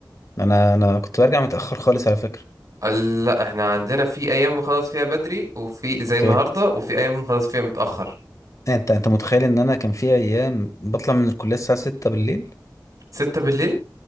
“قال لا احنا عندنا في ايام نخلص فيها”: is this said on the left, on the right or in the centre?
Right